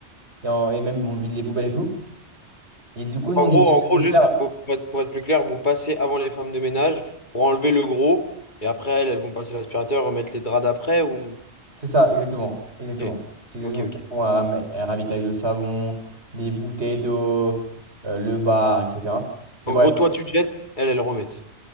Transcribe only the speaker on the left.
En
gros,
en gros,
juste
pour, pour être, pour être plus clair, vous passez avant les femmes de ménage pour enlever le gros, et après, elles, elles vont passer l'aspirateur, remettre les draps d'après ou...
Ok,
ok, ok.
En
gros, toi, tu jettes, elles, elles remettent.